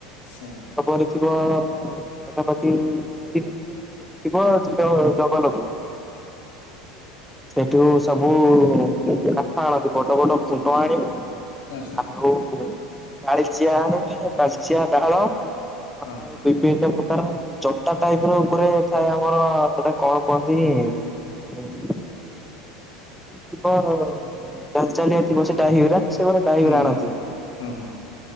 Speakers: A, on the left (about 80°); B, in the centre.
A: ହୁଁ
B: ତା ପରେ ଥିବ ପାଖା ପାଖି ତିନ ଦିନି ଥିବ ଯିବ
A: ହୁଁ
B: ଜଙ୍ଗଲକୁ ସେଇଠୁ ସବୁ କାଠ ଆଣନ୍ତି ବଡ଼ ବଡ଼ ଖୁଣ୍ଟ ଆଣିବେ
A: ଆଚ୍ଛା
B: ଆଉ କାଳିଚିଆ ଆଣିବେ କାଳିଚିଆ ଡାଳ
A: ହଁ
B: ଆଉ ବିଭିନ୍ନ ପ୍ରକାର ଜଟା ଟାଇପର ଉପରେ ଥାଏ ଆମର ସେଟା କଣ କୁଅନ୍ତି? ହୁଁ। ଥିବ ଚାଲି ଚାଲିଆ ଥିବ ସେ ଡ଼ାହିଗୁରା ସେମାନେ ଡାହିଗୁରା
A: ହୁଁ ହୁଁ
B: ଆଣନ୍ତି।
A: ହୁଁ ହୁଁ।